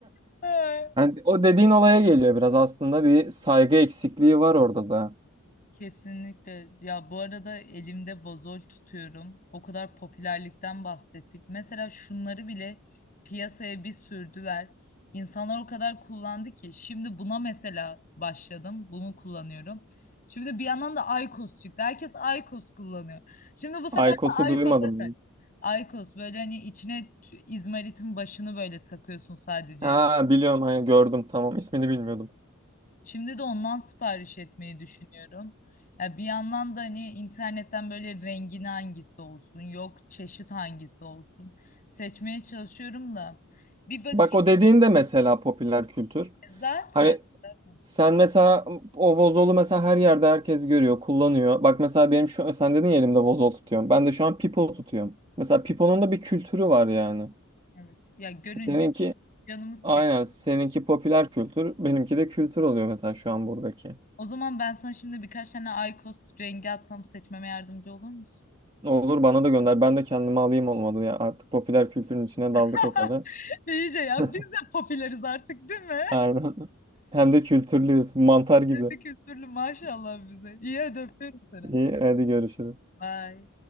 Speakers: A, on the left; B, on the right.
A: <laughs>
B: Yani o dediğin olaya geliyor biraz aslında bir saygı eksikliği var orada da.
A: Kesinlikle. Ya bu arada elimde vazol tutuyorum. O kadar popülerlikten bahsettik. Mesela şunları bile piyasaya bir sürdüler. İnsanlar o kadar kullandı ki şimdi buna mesela başladım. Bunu kullanıyorum. Şimdi bir yandan da Aykos çıktı. Herkes Aykos kullanıyor. Şimdi bu sefer
B: Aykos'u
A: de
B: duymadım.
A: Aykos'a kaç. Aykos böyle hani içine t- izmaritin başını böyle takıyorsun sadece.
B: Ha biliyorum hani gördüm tamam ismini bilmiyordum.
A: Şimdi de ondan sipariş etmeyi düşünüyorum. Ya bir yandan da hani internetten böyle rengin hangisi olsun, yok çeşit hangisi olsun seçmeye çalışıyorum da bir bakayım
B: Bak o dediğin de mesela popüler kültür.
A: E, zaten.
B: Hani
A: Zaten
B: Sen mesela o vozolu mesela her yerde herkes görüyor, kullanıyor. Bak mesela benim şu sen dedin ya elimde vozol tutuyorum. Ben de şu an pipo tutuyorum. Mesela piponun da bir kültürü var yani.
A: evet. Ya görünce
B: İşte seninki
A: canımız
B: aynen
A: çekiyor.
B: seninki popüler kültür, benimki de kültür oluyor mesela şu an buradaki.
A: O zaman ben sana şimdi birkaç tane IQOS rengi atsam seçmeme yardımcı olur musun?
B: Olur bana da gönder. Ben de kendimi alayım olmadı ya. Artık popüler kültürün içine
A: <laughs>
B: daldık o kadar.
A: İyice ya biz
B: <laughs>
A: de popüleriz artık değil mi?
B: Aynen. Hem de kültürlüyüz. Mantar gibi.
A: <laughs> Kültürlü maşallah bize. İyi hadi öpüyorum seni.
B: İyi, hadi görüşürüz.
A: Bye.